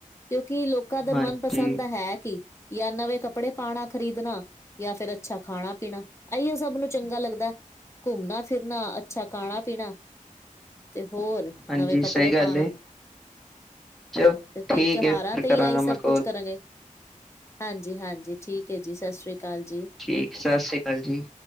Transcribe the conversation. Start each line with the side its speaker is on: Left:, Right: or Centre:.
Left: ਕਿਉਕਿ ਲੋਕਾਂ ਦਾ
Centre: ਹਾਂਜੀ
Left: ਮਨਪਸੰਦ ਦਾ ਹੈ। ਕੀ- ਜਾਂ ਨਵੇਂ ਕੱਪੜੇ ਪਾਉਣਾ ਖ਼ਰੀਦਣਾ- ਜਾਂ ਫਿਰ ਅੱਛਾ ਖਾਣਾ ਪੀਣਾ ਇਹੀਓ ਸਭ ਨੂੰ ਚੰਗਾ ਲੱਗਦਾ- ਘੁੰਮਣਾ ਫਿਰਨਾ ਅੱਛਾ ਖਾਣਾ ਪੀਣਾ ਤੇ, ਹੋਰ-
Centre: ਹਾਂਜੀ
Left: ਨਵੇਂ ਕੱਪੜੇ
Centre: ਸਹੀ
Left: ਪਾਣਾ-
Centre: ਗੱਲ ਏ ਚਲੋ
Left: ਤੇ ਫੇਰ
Centre: ਠੀਕ
Left: ਤਿਉਹਾਰਾਂ
Centre: ਹੈ ਫਿਰ
Left: ਤੇ
Centre: ਕਰਾਂਗਾ
Left: ਹੀ ਆਈ
Centre: ਮੈਂ
Left: ਸਭ
Centre: ਕੋਲ
Left: ਕੁਛ ਕਰਾਂਗੇ। ਹਾਂਜੀ- ਹਾਂਜੀ ਠੀਕ ਹੈ। ਜੀ ਸਤਿ ਸ਼੍ਰੀ ਅਕਾਲ ਜੀ-
Centre: ਠੀਕ ਸਤਿ ਸ਼੍ਰੀ ਅਕਾਲ ਜੀ-